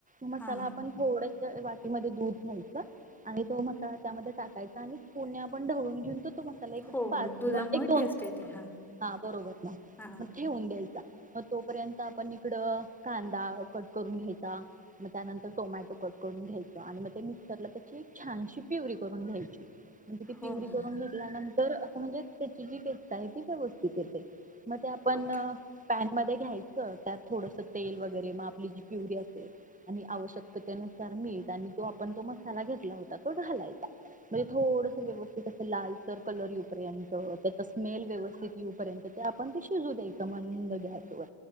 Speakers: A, on the right (about 15°); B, in the centre.
A: मसाला
B: हा
A: आपण थोडस वाट मध्ये दूध घ्यायच आणि तो मसा त्यामध्ये टाकायचा आणि पुण्या ढवळून घेऊन तो तो मसाला एक
B: हो
A: पाच
B: दुधामुळे
A: किंवा एक दोन
B: टेस्ट येते हा
A: हा बरोबर ना
B: हा
A: मग ठेवून द्यायचा मग तोपर्यंत आपण इकडं कांदा कट करून घ्यायचा मग त्यानंतर टोमॅटो कट करून घ्यायचा आणि मग ते मिक्सरला त्याची एक छानशी प्युरी करून घ्यायची म ती प्युरी
B: हो मॅम
A: करून घेतल्यानं तर असं म्हणजे त्याची जी पेस्ट आहे ती व्यवस्थित येते. म ते आपण
B: ओके
A: पॅन मध्ये ते घ्यायचं त्यात थोडस तेल वगैरे मग आपली जी प्युरी असेल आणि आवश्यकतेनुसार मीठ आणि जो आपण तो मसाला घेतला होता तो घालायचा म्हणजे थोडस व्यव स्थित अस लालसर कलर येऊपर्यंत त्याचा स्मेल व्यवस्थित येऊपर्यंत ते आपण ते शिजू द्यायचं मंद गॅस वर